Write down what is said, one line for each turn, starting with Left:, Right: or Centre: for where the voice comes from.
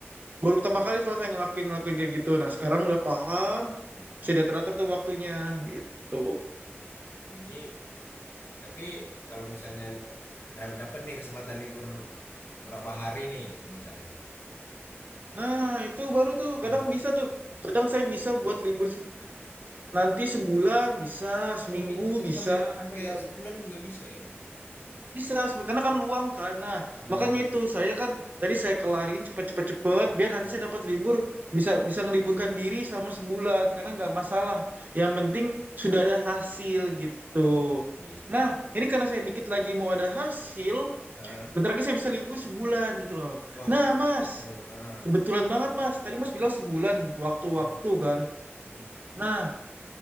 Right: baru pertama kali soalnya saya ngelakuin ngelakuin kayak gitu nah sekarang udah paham
Left: gitu.
Right: bisa diatur-atur tuh waktunya gitu
Left: Jadi, tapi kalau misalnya da- dapat nih kesempatan libur berapa hari nih gitu misalnya.
Right: nah itu baru tuh
Left: Nah,
Right: kadang bisa tuh kadang saya bisa buat libur se- nanti sebulan bisa seminggu
Left: Oh, bi- bisa
Right: bisa
Left: sampai sampai
Right: iya
Left: sebulan
Right: betul
Left: juga bisa ya.
Right: Bisa, sebe- karena kan luang kan. Nah,
Left: hmm.
Right: makanya itu saya kan tadi saya kelarin cepet-cepet-cepet biar nanti
Left: Oh,
Right: saya dapat libur bisa bisa ngeliburkan diri selama sebulan karena nggak masalah. Yang penting sudah ada hasil gitu.
Left: oh gitu.
Right: Nah, ini karena saya dikit lagi mau ada hasil,
Left: Heeh.
Right: bentar lagi saya bisa libur sebulan gitu loh.
Left: Wah,
Right: Nah, Mas,
Left: enak dong. Ah.
Right: kebetulan banget Mas. Tadi Mas bilang sebulan waktu-waktu
Left: Nah,
Right: kan.
Left: Mm-mm.
Right: Nah,